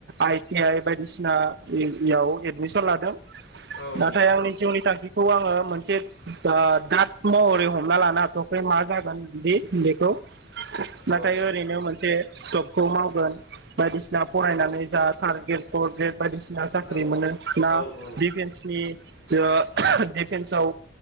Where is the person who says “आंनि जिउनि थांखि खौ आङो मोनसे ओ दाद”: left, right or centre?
Right